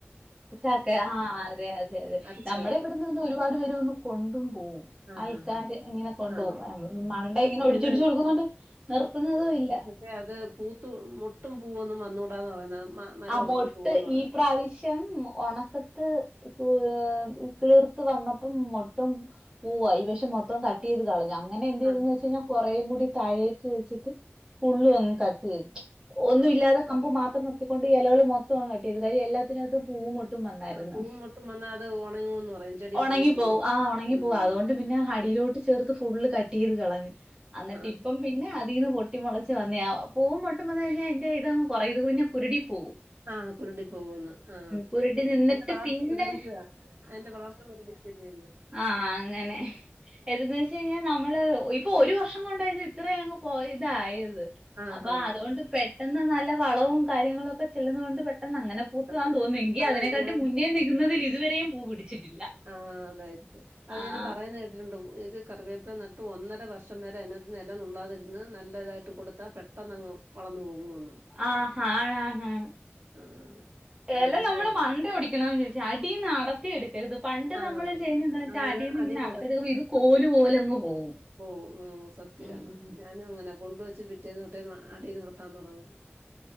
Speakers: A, on the right; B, on the right.
A: ചക്കേ ആ അതെ അതെ അതെ
B: അരച്ച്
A: നമ്മള്
B: ചേർക്കും.
A: ഇവിടുന്ന് പിന്നെ ഒരുപാട് പേര് വെന്ന് കൊണ്ടും പോവും.
B: ആഹ്
A: അയൽക്കാര്
B: ആഹ് ആഹ്.
A: ഇങ്ങനെ കൊണ്ട്
B: ആഹ്.
A: പോകും. ഞമ്മള് മണ്ടേ ഇങ്ങനെ ഒടിച്ചൊടിച്ച്
B: ഇത്
A: കൊടുക്കുന്നോണ്ട് നിർത്തുന്നതും ഇല്ല.
B: മേ അത് പൂത്തു മുട്ടും പൂവൊന്നും വന്നൂടാന്ന് പറയുന്നേ മ മരം
A: ആ
B: ഉണങ്ങി
A: മുട്ട്
B: പോവൂന്ന് പറയും.
A: ഈ പ്രാവ ശ്യം ഒണക്കത്ത് <unintelligible> കിളിർത്ത് വന്നപ്പം മുട്ടും പൂ അയ് വെഷം മൊത്തം കട്ടയ്ത് കള അങ്ങനെ എന്തയ്തുന്ന്
B: ആഹ്
A: വച്ച് കഴിഞ്ഞാ കൊറേയും കൂടി താഴേക്ക് വെച്ചിട്ട് ഫുള്ള് ഒന്ന് കട്ടയ്ത്. ഒന്നും
B: ആഹ്.
A: ഇല്ലാത്ത കമ്പ് മാത്രം നിർത്തിക്കൊണ്ട് എലകള് മൊത്തങ്ങ് കട്ടയ്ത് കാര്യ എല്ലാത്തിനകത്തും പൂ മു ത്തും വന്നായിരുന്ന്
B: ആഹ് പൂവും മൊട്ടും വന്നാ അത് ഉണങ്ങൂന്ന് പറയും. ചെടി
A: ഒണങ്ങിപ്പോവും
B: ഉണങ്ങി പോവൂന്ന്.
A: ആ ഒണങ്ങിപ്പോവും
B: ഉം
A: അതുകൊണ്ട് പിന്നെ ഹടിയിലോ ചേർത്ത് ഫുള്ള് കട്ടയ്ത് കളഞ്ഞ് അന്നട്ട്
B: ആഹ്
A: ഇപ്പം പിന്നെ അതീന്ന് പൊട്ടി മൊളച്ച് വന്നയാ പൂവും മുട്ട് വന്ന് കഴിഞ്ഞ ഇന്റെ ഇതങ്ങ് <unintelligible> കുരുടി പോവും.
B: ആ കുരുടി പോകുന്ന് ആ
A: കുരുടി നിന്നിട്ട്
B: അയ്ന്റെ വളർച്ച
A: പിന്നെ
B: മുരടിക്കുവാ അയ്ന്റെ വളർച്ച മുരടി പിന്നെയെല്ലേ
A: ആ ആ അങ്ങനെ ഏതന്ന് വെച്ച് കഴിഞ്ഞ നമ്മള് ഇപ്പൊ ഒരു വർഷം കൊണ്ടയത് ഇത്രേ അങ്ങ് പോയതായത്.
B: ആഹ്
A: അപ്പ
B: ആഹ്
A: അതുകൊണ്ട് പെട്ടെന്ന് നല്ല വളവും കാര്യങ്ങളും ഒക്കെ ചെല്ലുന്നോണ്ട് പെ ട്ടെന്ന് അങ്ങനെ പൂത്ത്
B: പെട്ടെന്ന്.
A: താൻ തോന്നുങ്കി
B: അത്
A: അതിനെക്കാട്ടി
B: ഞാൻ
A: മുന്നേ നിക്കുന്നതിൽ ഇതുവരെയും പൂ പിടിച്ചിട്ടില്ല.
B: ആ അതായിരിക്കും അത്
A: ആഹ്
B: ഞാൻ പറയാൻ കേട്ടിട്ട്ണ്ടാവും ഇത് കറിവേപ്പില നട്ട് ഒന്നര വർഷം വരെ അതിനകത്ത്ന്ന് എല നുള്ളാതിരുന്ന് നല്ലതായിട്ട് കൊടുത്താ പെട്ടെന്ന് അങ്ങ് വളർന്ന് പോകുന്നു എന്ന്
A: ആ <unintelligible>
B: ആഹ് ഞാൻ
A: എല
B: വിചാരിച്ചത്
A: നമ്മള് മണ്ട ഒടി ക്കണം ചോയ്ച്ച് അടീന്ന് അടത്തി എട്ക്കരുത് പണ്ട്
B: ആഹ്
A: നമ്മള് ചെയ്യുന്നേ എന്താച്ചാ
B: അങ്ങനെ
A: അടീന്ന്
B: അടീന്നത്
A: ഇങ്ങനെ <unintelligible> ഇത് കോല്
B: ഉണ്ട്
A: പോലങ്ങ് പോവും.
B: പോവും ഉം സത്യാണ്
A: ഉം
B: ഞാനും അങ്ങനെ കൊണ്ടുവെച്ച് പിറ്റേന്ന് തൊട്ടേ അടീന്ന് ത്താ തുടങ്ങും